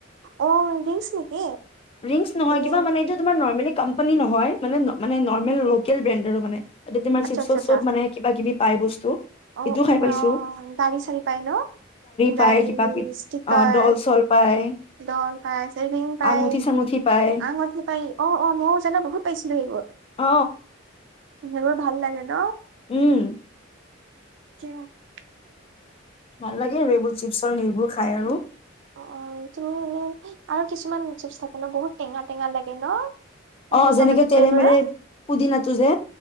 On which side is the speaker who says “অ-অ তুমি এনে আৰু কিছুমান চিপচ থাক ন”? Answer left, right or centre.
Right